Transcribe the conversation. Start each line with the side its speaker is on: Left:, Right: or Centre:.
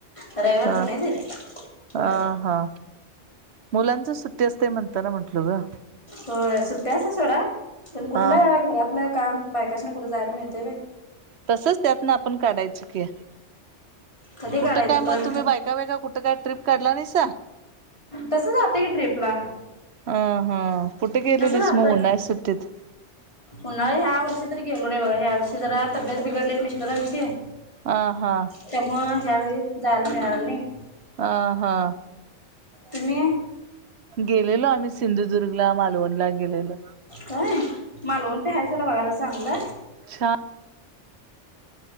Left: रविवारचा
Right: ह
Left: नाही जात कुठ.
Right: अ हा मुलांच सुट्टी असते म्हणताना म्हंटल ग!
Left: हो सुट्ट्याच सोडा पण कुठला
Right: हा
Left: घरातलं काम बायकास्नी कुठे जायला मिळतय होय
Right: तसच त्यातन आपण काढायचं की
Left: कधी
Right: कुठं
Left: काढायचं
Right: काय मग
Left: पण
Right: तुम्ही बायका बायका कुठं काय ट्रिप काढला नाहीसा
Left: तसं जाते की ट्रीपला.
Right: ह हा कुठे गेलेलीस
Left: जातोय
Right: मग उन्हाळी सुट्टीत?
Left: उन्हाळी ह्या वर्षी तरी गेलो नाही बघा ह्या वर्षी जरा तब्येत बिघडलेली मिस्टरांची
Right: आ हा
Left: त्यामुळ ह्यावेळी जायला मिळालं नाही.
Right: अ हा
Left: तुम्ही
Right: गेलेलो आम्ही सिंधुदुर्ग सिंदूधूर्ग ला मालवणला गेलेलो
Left: काय मालवण काय हाय सोडा बघायला चांगलं
Right: छ <unintelligible>